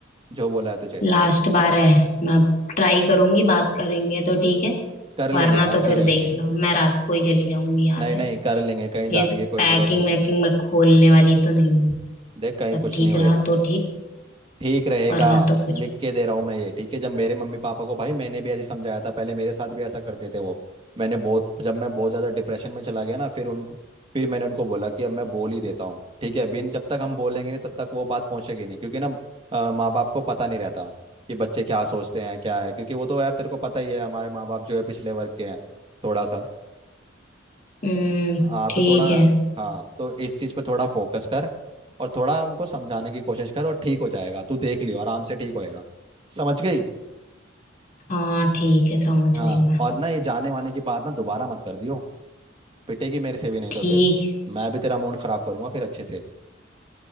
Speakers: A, on the right (about 30°); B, on the left (about 45°).
A: जो बोला है तुझे
B: लास्ट बार है मैं ट्राई करूंगी बात करेंगे तो ठीक है
A: कर लेंगे
B: वरना
A: यार
B: तो फिर
A: कर लेंगे
B: देख लो मैं रात को ही चली जाऊंगी यहाँ
A: नहीं
B: से
A: नहीं कर लेंगे कहीं
B: ये
A: जाने की कोई
B: पैकिंग
A: जरूरत नहीं
B: वैकिंग मैं खोलने वाली तो नहीं हूँ
A: देख कहीं
B: सब
A: कुछ
B: ठीक
A: नहीं होएगा
B: रहा तो ठीक
A: ठीक रहेगा
B: वरना तो फिर
A: लिख के दे रहा हूँ मैं ये ठीक है जब मेरे मम्मी पापा को भाई मैंने भी ऐसे समझाया था पहले मेरे साथ भी ऐसा करते थे वो मैंने बहुत जब मैं बहुत ज़्यादा डिप्रेशन में चला गया ना फिर उनको फिर मैंने उनको बोला कि अब मैं बोल ही देता हूँ ठीक है बिन जब तक हम बोलेंगे नहीं तब तक वो बात पहुंचेगी नहीं क्योंकि ना माँ बाप को पता नहीं रहता कि बच्चे क्या सोचते हैं क्या है क्योंकि वो तो यार तेरे को पता ही है हमारे माँ बाप जो है पिछले वर्ग के हैं थोड़ा सा
B: हम्म
A: हाँ
B: ठीक
A: तो थोड़ा
B: है
A: हाँ तो इस चीज़ पे थोड़ा फोकस कर और थोड़ा उनको समझाने की कोशिश कर और ठीक हो जाएगा तू देख लियो आराम से ठीक होएगा समझ गई
B: हाँ ठीक है समझ
A: हाँ
B: गई मैं
A: और ना ये जाने वाने की बात ना दोबारा मत कर दियो पिटेगी मेरे से भी नहीं
B: ठीक
A: तो फिर
B: है
A: मैं भी तेरा मूड खराब करूंगा फिर अच्छे से